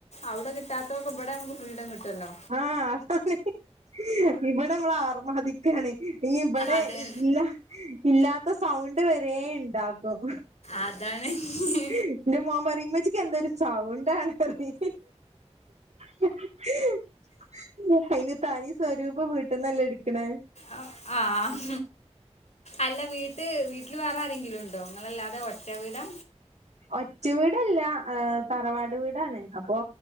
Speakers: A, on the left; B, on the right.
A: അവിടെ കിട്ടാത്തതക്കെ ഇവിടെ നമക്ക് ഫ്രീഡം കിട്ടുമല്ലോ
B: ആഹ് <unintelligible> ഇവിടെ നമ്മള് ആർമാതിക്കാണ് ഇനി ഇവിടെ
A: അതെ
B: ഇല്ല ഇല്ലാത്ത സൗണ്ട് വരെ ഉണ്ടാക്കും
A: അതാണ് <unintelligible>
B: <unintelligible> എൻ്റെ മോൻ പറീം ഇമ്മച്ചികന്തെരു സൗണ്ടാണ് പറിയും <unintelligible> തനി സ്വരൂപം വീട്ടന്നല്ലേ എടുക്കണേ
A: ആഹ് ആഹ് അല്ല വീട്ട വീട്ടിൽ വേറെ ആരെങ്കിലും ഉണ്ടോ അങ്ങളല്ലാതെ ഒറ്റ വീടാ
B: ഒറ്റ വീടല്ല ഏഹ് തറവാട് വീടാണ് അപ്പൊ